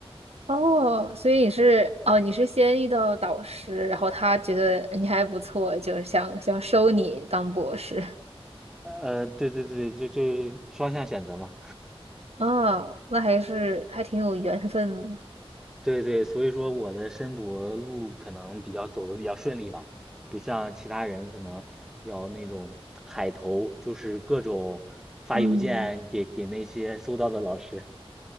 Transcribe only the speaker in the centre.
呃，对对对，就就是双向选择嘛。
对对，所以说我的申博路可能比较走的比较顺利吧，不像其他人可能要那种海投，就是各种发邮件给给那些搜到的老师。